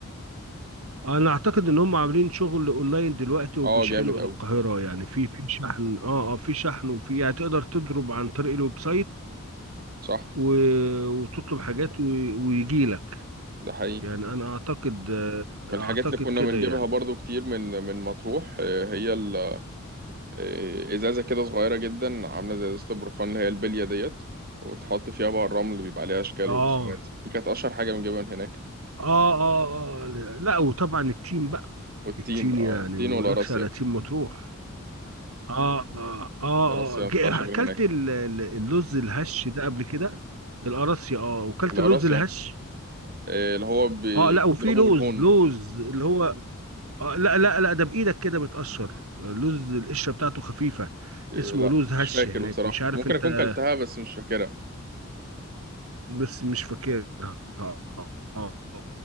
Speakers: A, on the right (about 85°); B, on the right (about 45°).
A: انا اعتقد ان هم عاملين شغل اونلاين دلوقتي وبيشحنوا
B: اه جامد قوي
A: الى القاهره يعني في في شحن اه اه في شحن وفي يعني تقدر تضرب عن طريق الويب سايت
B: صح
A: و... وتطلب حاجات و... ويجي لك
B: ده حقيقي
A: يعني انا اعتقد آه،
B: من الحاجات
A: اعتقد
B: اللي كنا
A: كده
B: بنجيبها
A: يعني
B: برضو كتير من من مطروح آه، هي ال- آه، ازازه كده صغيره جدا عامله زي ازازه البروفان اللي هي البليه ديت وتحط فيها بقى الرمل اللي بيبقى عليها اشكال
A: اه
B: ورسومات دي كانت اشهر حاجه بنجيبها من هناك
A: اه اه اه لا وطبعا التيم بقى
B: والتين
A: التيم
B: اه
A: يعني
B: التين
A: ما
B: والقراصية
A: اقولكش على تيم مطروح اه اه اه
B: القراصية
A: اه
B: ما
A: جي-
B: بتطلعش
A: اكلت
B: غير هناك
A: ال- ال- اللوز الهش ده قبل كده القراصي اه وكلت
B: القراصية
A: اللوز الهش
B: آه، اللي هو بتضربه
A: اه لا وفي لوز
B: بالهون
A: لوز اللي هو آه لا لا لا ده بايدك كده بتقشر لوز القشره بتاعته خفيفه
B: آه،
A: اسمه
B: لا
A: لوز هش
B: مش فاكر
A: هناك
B: بصراحه
A: مش عارف
B: ممكن
A: انت
B: اكون كلتها بس مش فاكرها
A: بس مش فاكرها اه آه،